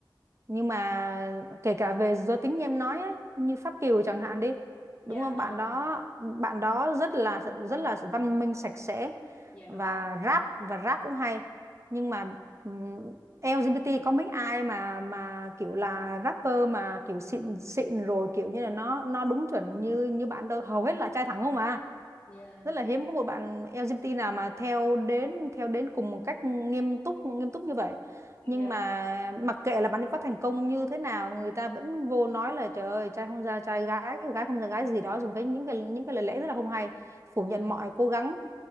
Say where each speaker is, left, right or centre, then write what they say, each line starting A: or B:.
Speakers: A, on the right; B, on the left.
A: nhưng
B: Ừ.
A: mà kể cả về giới tính như em nói ấy, như Pháp Kiều chẳng hạn đi
B: Dạ
A: đúng không
B: ồ,
A: bạn đó bạn đó rất là rất là văn minh sạch sẽ
B: dạ đúng.
A: và rap và rap cũng hay nhưng mà ừm, LGBT có mấy ai mà mà kiểu là rapper mà kiểu xịn xịn rồi kiểu như là nó nó đúng chuẩn như như bạn đâu hầu hết là trai thẳng không à
B: Dạ,
A: rất là hiếm có một bạn LGBT nào mà theo đến theo đến cùng một cách nghiêm túc nghiêm túc như vậy nhưng
B: dạ,
A: mà mặc kệ là bạn ấy có thành công như thế nào người ta vẫn vô nói là trời ơi trai không ra trai gái gái không ra gái gì đó dùng cái những cái những cái lời lẽ rất là không hay phủ
B: dạ,
A: nhận mọi cố gắng